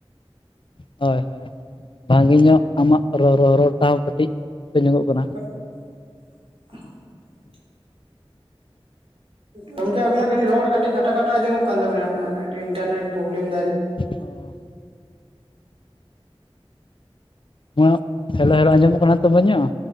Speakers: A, on the left; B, on the right.
A: ᱦᱳᱭ ᱦᱳᱭ ᱦᱳᱭ, ᱵᱷᱟᱜᱮ ᱧᱚᱜ ᱟᱢᱟᱜ ᱨᱚ ᱨᱚ ᱨᱟᱲ ᱴᱟᱣ ᱠᱟᱹᱴᱤᱡ ᱤᱠᱚ ᱧᱚᱜᱚᱜ ᱠᱟᱱᱟ᱾
B: <inaudible> ᱜᱚᱝᱠᱮ ᱟᱵᱤᱱᱟᱜ ᱠᱟᱹᱴᱤᱡ ᱨᱚᱲ ᱠᱟᱹᱴᱤᱡ ᱠᱟᱴᱟ ᱠᱟᱴᱟ ᱟᱸᱡᱚᱢᱚᱜ ᱠᱟᱱ ᱛᱟᱵᱤᱱᱟ ᱤᱱᱴᱟᱨᱱᱮᱴ ᱯᱨᱚᱵᱞᱮᱢ ᱫᱟᱭ᱾
A: ᱚ <inaudible> ᱦᱮᱞᱳ ᱦᱮᱞᱳ ᱟᱸᱡᱚᱢᱚᱜ ᱠᱟᱱᱟ ᱛᱚ ᱢᱚᱪ ᱧᱚᱜᱼᱚ᱾